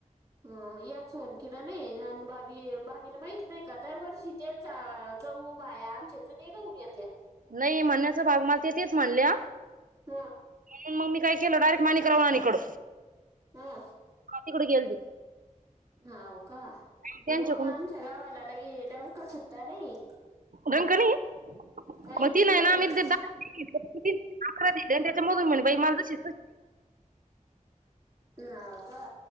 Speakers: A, on the right; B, on the right.
A: ह एक सोनकीडा नाही आणि भा भाभीला माहित नाही का दरवर्षी त्यांचा जाऊ बाया आमच्या जुने गाऊन येत्या.
B: नाही म्हणण्याचा भाग मला तेच म्हणल्या.
A: हा.
B: म्हणून मग मी काय केलं. डायरेक्ट माणिक राव आणि इकड
A: हा.
B: हा तिकडे गेल ते.
A: हाव का. नाही
B: त्यांच्याकडून
A: हो. आमच्या गावाला लगे डंका सुद्धा नाही.
B: डंका नाही.
A: काहीच
B: मग ती नाही ना
A: लगी
B: आम्ही ते दा त अकरा दिले आणि त्याच्यामधून म्हण बाई माल कशी
A: हाव का.